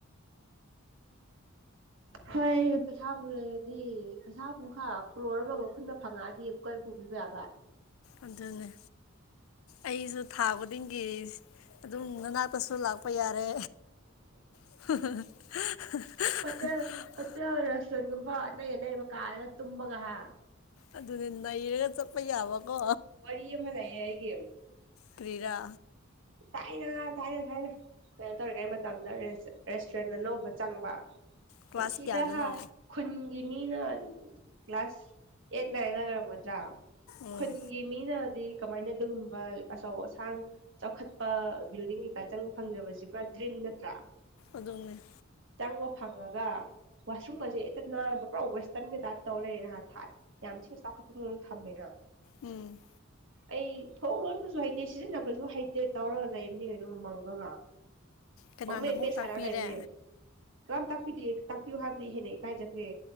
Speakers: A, on the right; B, on the left.
A: ꯍꯣꯏ ꯄꯩꯁꯥ ꯄꯨ ꯂꯩꯔꯗꯤ ꯄꯩꯁꯥ ꯄꯨ ꯈ ꯀ꯭ꯔꯣꯔ ꯑꯃꯒ ꯈꯨꯨꯟꯕ ꯐꯪꯉꯛꯑꯗꯤ ꯀꯣꯏ ꯄꯨꯒꯕ ꯑꯕꯕꯥ
B: ꯑꯗꯨꯅꯦ ꯑꯩꯁꯨ ꯊꯥ ꯈꯨꯗꯤꯡꯒꯤ ꯑꯗꯨꯝ ꯅꯅꯥꯛꯇꯁꯨ ꯂꯥꯛꯄ ꯌꯥꯔꯦ ꯎ
A: ꯍꯣꯇꯦꯜ ꯔꯦꯁꯇꯨꯔꯦꯟꯒꯨꯝꯕ ꯑꯅꯩ ꯑꯅꯩꯕ ꯀꯥꯔꯒ ꯇꯨꯝꯕꯒ ꯍꯥ
B: ꯑꯗꯨꯅꯦ ꯅꯩꯔꯒ ꯆꯠꯄ ꯌꯥꯕꯀꯣ
A: ꯋꯥꯔꯤ ꯑꯃ ꯂꯩꯌꯦ ꯑꯩꯒꯤ
B: ꯀꯔꯤꯔꯥ
A: ꯊꯥꯏꯅ ꯊꯥꯏꯅ ꯊꯥꯏꯅ ꯀꯩꯅꯣ ꯇꯧꯔꯤꯉꯩ ꯃꯇꯝꯗ ꯔꯦꯁꯇꯨꯔꯦꯟ ꯑꯅꯧꯕ ꯆꯪꯕ
B: ꯀ꯭ꯂꯥꯁ
A: ꯄꯨꯟꯁꯤꯗꯥ
B: ꯀꯌꯥꯗꯅꯣ
A: ꯍꯥꯥ ꯈꯨꯟꯒꯤ ꯃꯤꯅ ꯀ꯭ꯂꯥꯁ ꯑꯦꯠ ꯅꯥꯏꯟꯒ ꯑꯣꯏꯔꯝꯒꯗ꯭ꯔꯥ
B: ꯎꯝ
A: ꯈꯨꯟ ꯒꯤ ꯃꯤꯅꯗꯤ ꯀꯃꯥꯏꯅ ꯑꯗꯨꯒꯨꯝꯕ ꯑꯆꯧ ꯑꯁꯥꯡ ꯆꯥꯎꯈꯠꯄ ꯕꯤꯜꯗꯤꯡ ꯀꯩꯀꯥ ꯆꯪꯕ ꯐꯪꯗꯕꯁꯤ ꯄꯨꯔꯥ ꯗ꯭ꯔꯤꯝ ꯅꯠꯇ꯭ꯔꯥ
B: ꯑꯗꯨꯅꯦ
A: ꯆꯪꯕ ꯐꯪꯉꯒ ꯋꯥꯁꯔꯨꯝꯑꯖꯦ ꯍꯦꯛꯇ ꯅꯥꯟꯕ ꯄꯨꯔꯥ ꯋꯦꯁꯇꯔꯟꯒꯤ ꯇꯥꯏꯞ ꯇꯧ ꯂꯩꯔꯦ ꯅꯍꯥ ꯊꯥꯏ ꯌꯥꯝ ꯊꯤꯅ ꯆꯥꯎꯈꯠꯄ ꯃꯑꯣꯡ ꯊꯝꯃꯦꯅ
B: ꯎꯝ
A: ꯑꯩ ꯊꯣꯡ ꯂꯣꯟꯕꯖꯨ ꯍꯩꯇꯦ ꯁꯤꯖꯤꯟꯅꯕꯖꯨ ꯍꯩ ꯇꯦ ꯇꯧꯔꯒ ꯂꯩꯕꯅꯦ ꯀꯩꯅꯣ ꯃꯪꯉꯒ
B: ꯀꯅꯥꯅ
A: ꯄꯪꯃꯦ
B: ꯑꯃꯨꯛ
A: ꯃꯦꯠ ꯁꯥꯥꯟꯔꯒ
B: ꯇꯥꯛꯄꯤꯔꯦ
A: ꯂꯩꯕꯅꯦ ꯀꯔꯝ ꯇꯥꯛꯄꯤꯗꯦ ꯇꯥꯛꯄꯤꯌꯣ ꯍꯥꯏꯕꯗꯤ ꯍꯦꯟꯅ ꯏꯀꯥꯏꯖꯈ꯭ꯔꯦ